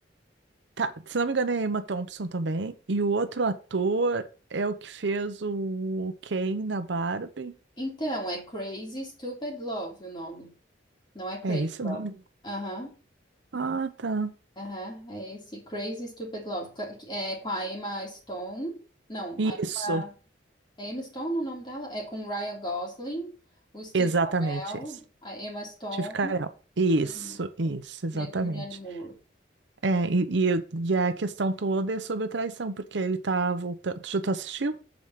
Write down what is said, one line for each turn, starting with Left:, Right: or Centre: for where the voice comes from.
Right: Tá, se não me engano, é Emma Thompson também. E o outro ator é o que fez o Ken na Barbie.
Left: Então, é Crazy Stupid Love o nome. Não é Crazy
Right: É esse o
Left: Love.
Right: nome?
Left: Aham,
Right: Ah, tá.
Left: aham. É esse Crazy Stupid Love. ca- que É com a Emma Stone. Não,
Right: Isso,
Left: a Emma. É Emma Stone o nome dela? É com o Ryan Gosling, o Steve
Right: exatamente
Left: Carell,
Right: esse.
Left: a Emma Stone
Right: Steve Carell. Isso,
Left: e
Right: isso, exatamente.
Left: e a Julianne Moore.
Right: É, e, e, eu- e a questão toda é sobre a traição, porque ele tá voltando. Tu já tu assistiu?